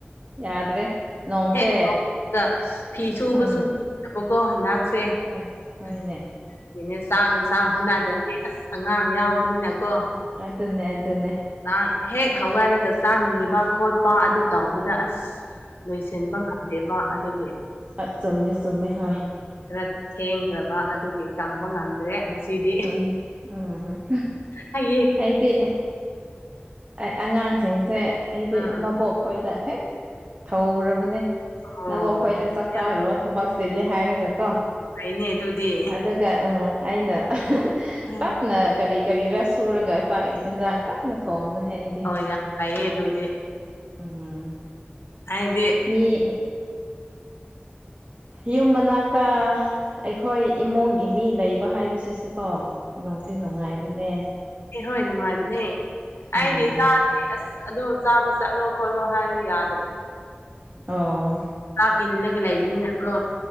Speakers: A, on the right; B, on the left.
A: ꯌꯥꯗ꯭ꯔꯦ ꯅꯣꯡꯁꯦ
B: ꯍꯦꯛ ꯍꯧꯕꯒ ꯐꯤ ꯁꯨꯕꯁꯨ
A: ꯎꯝ
B: ꯅꯕꯀꯣ ꯍꯟꯗꯛ ꯁꯦꯩꯅ
A: ꯍꯣꯏ ꯍꯣꯏꯅꯦ
B: ꯆꯥꯛꯟ ꯆꯥꯡ ꯍꯣꯠꯅꯗ꯭ꯔꯗꯤ ꯑꯁ ꯑꯉꯥꯡ ꯌꯥꯎꯕꯅꯤꯅꯀꯣ
A: ꯑꯗꯨꯟꯅꯦ ꯑꯗꯨꯟꯅꯦ
B: ꯆꯥꯛ ꯍꯦꯛ ꯍꯋꯥꯔꯒ ꯆꯥꯛ ꯅꯤꯕ ꯈꯣꯠꯄ ꯑꯗꯨ ꯇꯥꯎꯧꯕꯗ ꯑꯁ ꯂꯣꯏꯁꯤꯟꯕ ꯉꯝꯗꯦꯕ ꯑꯗꯨꯒꯤ
A: ꯑ ꯆꯣꯨꯝꯗꯦ ꯆꯣꯨꯝꯃꯦ ꯍꯣꯏ
B: ꯎꯝ ꯈꯔ ꯊꯦꯡꯈ꯭ꯔꯕ ꯑꯗꯨꯒꯤ ꯀꯪꯕ ꯉꯝꯗ꯭ꯔꯦ ꯉꯁꯤꯗꯤ
A: ꯎꯝ ꯎꯝ
B: ꯍꯌꯦꯡ
A: ꯑꯗꯤ ꯑꯩ ꯑꯉꯥꯡꯁꯤꯡꯁꯦ ꯑꯩꯗꯤ
B: ꯎꯝ
A: ꯃꯕꯣꯛ ꯈꯣꯏꯗ ꯍꯦꯛ ꯊꯧꯔꯕꯅꯦ
B: ꯑꯣ
A: ꯅꯕꯨ ꯑꯩꯈꯣꯏꯗ ꯆꯥꯛ
B: ꯌꯥꯝ
A: ꯆꯥꯔꯣ ꯊꯕꯛ ꯆꯜꯂꯦ ꯍꯥꯏꯔꯒ ꯀꯣ
B: ꯐꯩꯅꯦ ꯑꯗꯨꯗꯤ
A: ꯑꯗꯨꯒ ꯑꯥ ꯑꯩꯅ
B: ꯎꯝ
A: ꯇꯞꯅ ꯀꯔꯤ ꯀꯔꯤꯔ ꯁꯨꯔꯒ ꯆꯥꯛ ꯏꯟꯖꯥꯡ ꯇꯞꯅ ꯊꯣꯡꯕꯅꯦ ꯑꯩꯗꯤ
B: ꯍ ꯌꯥꯝ ꯐꯩꯌꯦ ꯑꯗꯨꯗꯤ
A: ꯎꯝ
B: ꯍꯥꯏꯗꯤ
A: ꯃꯤ ꯌꯨꯝ ꯃꯅꯥꯛꯇ ꯑꯩꯈꯣꯏ ꯏꯃꯨꯡꯒꯤ ꯃꯤ ꯂꯩꯕ ꯍꯥꯏꯕꯁꯤꯁꯨꯀꯣ ꯅꯅꯨꯡꯗꯤ ꯅꯨꯡꯉꯥꯏꯕꯅꯦ
B: ꯑꯦ ꯍꯣꯏ ꯅꯨꯡꯉꯥꯏꯕꯅꯦ ꯑꯩꯒꯤ
A: ꯎꯝ
B: ꯏꯆꯥꯅꯦ ꯑꯁ ꯑꯗꯣ ꯆꯥꯕ ꯆꯠꯂꯣ ꯈꯣꯠꯂꯣ ꯍꯥꯏꯅ ꯌꯥꯗꯕꯅꯦ
A: ꯑ
B: ꯆꯥꯛ ꯏꯜꯂꯒ ꯂꯩꯕꯅꯤꯅꯀꯣ